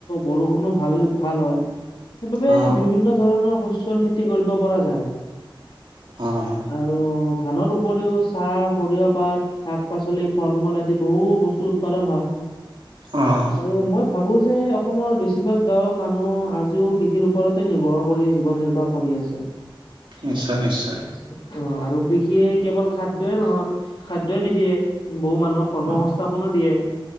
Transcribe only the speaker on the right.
অ',
অ',
অ',
নিশ্চয় নিশ্চয়
অ',